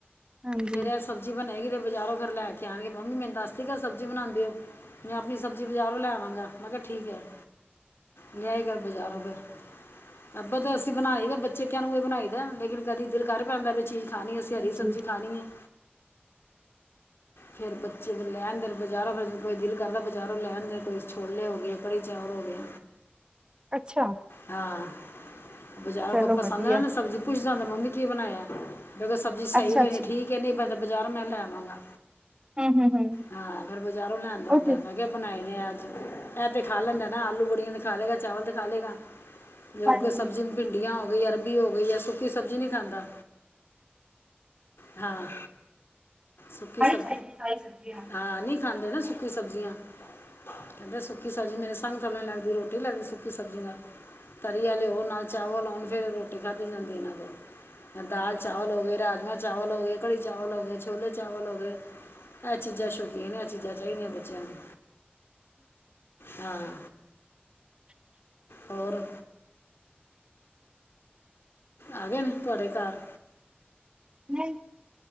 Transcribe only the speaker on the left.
ਫਿਰ ਐਸ ਸਬਜ਼ੀ ਬਣੇਗੀ ਤੇ ਬਜ਼ਾਰੋਂ ਫਿਰ ਲੈ ਕੇ ਆਉਣਗੇ, ਮੰਮੀ ਮੈਨੂੰ ਦੱਸਦੀ ਸਬਜੀ ਬਣਾਉਂਦੇ ਹੋ। ਮੈਂ ਆਪਣੀ ਸਬਜ਼ੀ ਬਜ਼ਾਰੋਂ ਲੈਵਾਂਗਾ ਮੈਂ ਕਿਹਾ ਠੀਕ ਹੈ। ਲਿਆਏ ਗਾ ਬਜਾਰੋ ਫਿਰ ਅੱਗੇ ਤੇ ਅਸੀਂ ਬਣਾਈ ਤੇ ਬ। ਬੱਚੇ ਕਹਨ ਓਹੀ ਬਣਾਈ ਦਾ ਲੇਕਿਨ ਕਦੇ ਦਿਲ ਕਰ ਪੈਂਦਾ, ਵੀ ਚੀਜ਼ ਖਾਣੀ ਅਸੀਂ ਹਰੀ
ਸਬਜ਼ੀ ਖਾਣੀ ਹੈ।
ਫਿਰ ਬੱਚੇ ਨੂੰ ਲੈਣ ਦੇਣ ਬਜ਼ਾਰੋਂ ਫਿਰ ਕੋਈ ਦਿਲ ਕਰਦਾ, ਬਜ਼ਾਰੋਂ ਲੈਣ ਦੇਣ ਕੋਈ ਛੋਲੇ ਹੋ ਗਏ। ਕੜੀ ਚੋਲ ਹੋ ਗਿਆ।
ਹਾਂ ਬਜ਼ਾਰੋਂ
ਕੋ ਪਸੰਦ
ਨਾ ਨਾ ਸਬਜ਼ੀ ਪੁੱਛ ਜਾਂਦਾ ਮੰਮੀ ਕੀ ਬਣਾਈਏ। ਵੇਖੋ ਸਬਜ਼ੀ ਸਹੀ
ਬਣੀ
ਠੀਕ ਹੈ, ਨਹੀਂ ਬਜ਼ਾਰੋਂ ਮੈਂ ਲੈ ਆਵਾਂਗਾ।
ਹਾਂ, ਅਗਰ ਬਜ਼ਾਰੋਂ ਲਿਆਂਦਾ ਹੁੰਦਾ
ਮੈਂ। ਬਣਾਏ ਨੇ ਅੱਜ ਇਹ ਤੇ ਖਾ ਲੈਂਦਾ ਨਾ ਆਲੂ ਬੜੀਆਂ ਤੇ ਖਾ ਲਏਗਾ ਚਾਵਲ ਤੇ ਖਾ ਲਏਗਾ ਜੇ ਹੋਰ
ਕੋਈ ਸਬਜ਼ੀ ਭਿੰਡੀਆਂ ਹੋ ਗਈ, ਅਰਬੀ ਹੋ ਗਈ ਜਾਂ ਸੁੱਕੀ ਸਬਜ਼ੀ ਨਹੀਂ ਖਾਂਦਾ ਹਾਂ। ਸੁੱਕੀ
ਸਬ
ਹਾਂ ਨਹੀਂ ਖਾਂਦੇ ਨਾ ਸੁੱਕੀ ਸਬਜ਼ੀਆਂ ਕਹਿੰਦੇ ਸੁੱਕੀ ਸਬਜ਼ੀ ਮੇਰੀ ਸੰਗ ਥੱਲੇ ਲੱਗਦੀ ਰੋਟੀ ਲੱਗਦੀ ਸੁੱਕੀ ਸਬਜ਼ੀ ਦਾ ਤਰੀਆ ਲਿਆਓ ਨਾਲ ਚਾਵਲ ਆਉਣ ਫੇਰ ਰੋਟੀ ਖਾਧੀ ਜਾਂਦੀ ਇਹਨਾਂ ਕੋਲ ਦਾਲ ਚਾਵਲ ਹੋਗਏ, ਰਾਜਮਾ ਚਾਵਲ ਹੋ ਗਏ, ਕੜੀ ਚਾਵਲ ਹੋ ਗਏ, ਛੋਲੇ ਚਾਵਲ ਹੋ ਗਏ ਇਹ ਚੀਜ਼ਾਂ ਸ਼ੌਕੀਨ ਇਹ ਚੀਜ਼ਾਂ ਚਾਹੀਦੀਆਂ ਬੱਚਿਆਂ ਨੂੰ ਹਾਂ, ਹੋਰ ਆ ਗਏ ਨ ਤੁਹਾਡੇ ਘਰ